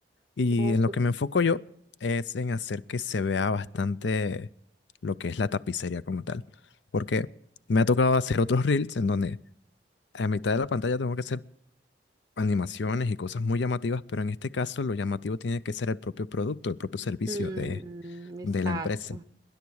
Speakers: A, on the left (about 80°); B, on the right (about 20°).
A: Y
B: no,
A: en
B: sup-
A: lo que me enfoco yo es en hacer que se vea bastante lo que es la tapicería como tal. Porque me ha tocado hacer otros reels en donde a mitad de la pantalla tengo que hacer animaciones y cosas muy llamativas, pero en este caso lo llamativo tiene que ser el propio producto, el propio servicio
B: mm,
A: de,
B: exacto,
A: de la empresa.